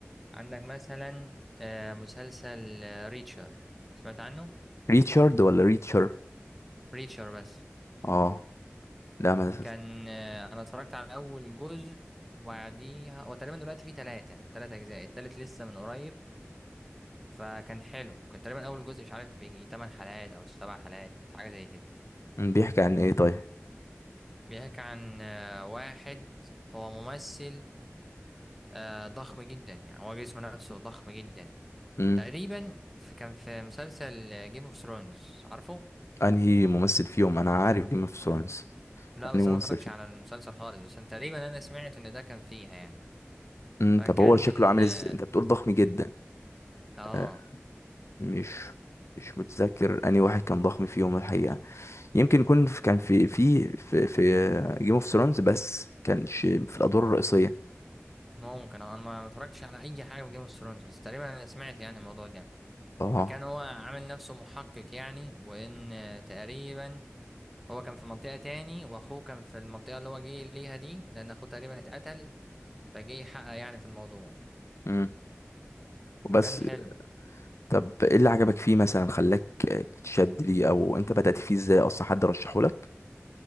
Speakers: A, in the centre; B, on the left.
A: عندك مثلا آه، مسلسل آه، ريتشر سمعت عنه
B: ريتشارد ولا ريتشر
A: ريتشر بس
B: اه لا ما
A: كان آه، انا اتفرجت على اول جزء وبعديها هو تقريبا دلوقتي فيه تلاتة تلات اجزاء التالت لسه من قريب فكان حلو كان تقريبا اول جزء مش عارف يجي تمن حلقات او سبع حلقات حاجه زي كده
B: مم، بيحكي عن ايه طيب
A: بيحكي عن آه، واحد هو ممثل آه ضخم جدا يعني هو جسمه نفسه ضخم جدا
B: امم
A: تقريبا في كان في مسلسل جيم اوف ثرونز عارفه
B: انهي ممثل فيهم انا عارف جيم اوف ثرونز
A: لا بس
B: انهي
A: انا
B: ممثل
A: ما اتفرجتش
B: فيهم
A: على المسلسل خالص بس أنا تقريبا انا سمعت ان ده كان فيها يعني
B: امم
A: فكان
B: طب هو شكله عامل
A: اه
B: ازاي انت بتقول ضخم جدا
A: آه،
B: آه، مش مش متذكر انهي واحد كان ضخم فيهم الحقيقة يمكن يكون في- كان في في في, في جيم اوف ثرونز بس كانش في الادوار الرئيسية
A: ممكن آه، انا ما ما اتفرجتش على اي حاجه من جيم اوف ثرونز بس تقريبا انا سمعت يعني الموضوع ده
B: اه
A: فكان هو عامل نفسه محقق يعني وان آه، تقريبا هو كان في منطقه تاني واخوه كان في المنطقه اللي هو جه ليها دي لان اخوه تقريبا اتقتل فجه يحقق يعني في الموضوع
B: امم وبس
A: فكان حلو
B: طب ايه اللي عجبك فيه مثلا خلاك تتشد ليه او انت بدأت فيه ازاي اصلا حد رشحه لك